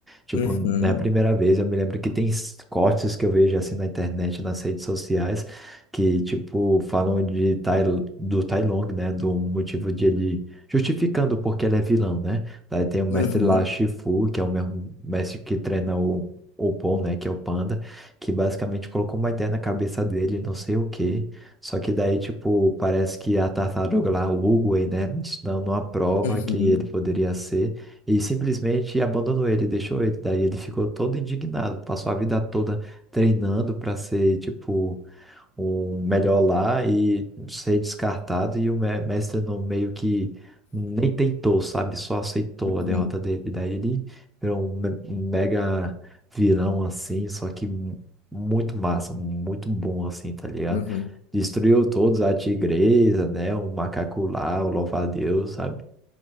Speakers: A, in the centre; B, on the left.
A: Tipo,
B: uhum,
A: na primeira vez eu me lembro que tem s- cortes que eu vejo assim na internet, nas redes sociais, que tipo falam de Tai, do Tai Long, né, do motivo de ele justificando porque ele é vilão, né? Daí tem o mestre
B: uhum,
A: lá, Shifu, que é o mesmo mestre que treina o o Paul, né, que é o Panda, que basicamente colocou uma ideia na cabeça dele, não sei o quê. Só que daí, tipo, parece que a tartaruga lá, o Oogway, né, dando uma prova
B: uhum.
A: que ele poderia ser, e simplesmente abandonou ele, deixou ele. Daí ele ficou todo indignado, passou a vida toda treinando para ser, tipo um melhor lá e ser descartado e o me- mestre não meio que nem tentou, sabe? Só aceitou
B: Uhum,
A: a derrota dele. Daí ele virou um me- um mega vilão assim, só que mu- muito massa, muito bom assim, tá ligado?
B: uhum.
A: Destruiu todos, a tigresa, né? O macaco lá, o louva-a-Deus, sabe?